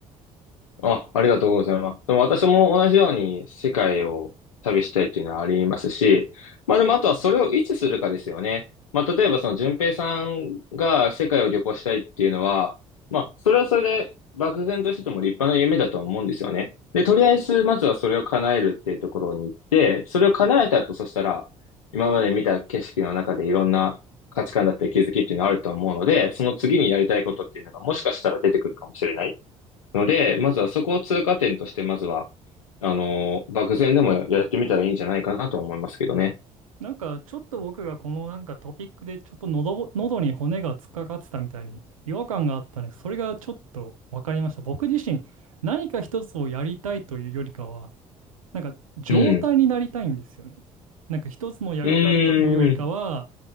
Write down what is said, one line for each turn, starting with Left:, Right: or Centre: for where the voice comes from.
Left: あ、ありがとうございます。でも私も同じように世界を旅したいっていうのはありますし、まあでもあとはそれをいつするかですよね。まあ例えばその順平さんが世界を旅行したいっていうのは、まあそれはそれで漠然としてても立派な夢だと思うんですよね。で、とりあえずまずはそれを叶えるっていうところに行って、それを叶えた後、そしたら今まで見た景色の中でいろんな価値観だったり気づきっていうのがあると思うので、その次にやりたいことっていうのがもしかしたら出てくるかもしれない。ので、まずはそこを通過点として、まずは、あの漠然でもやってみたらいいんじゃないかなと思いますけどね。
Right: なんかちょっと僕がこのなんかトピックでちょっと喉、喉に骨が突っかかってたみたいに違和感があったね。それがちょっと分かりました。僕自身何か一つをやりたいというよりかは、なんか状態になりたいんですよね。
Left: うん。
Right: なんか一つのやりたいというよりかは、
Left: うーん。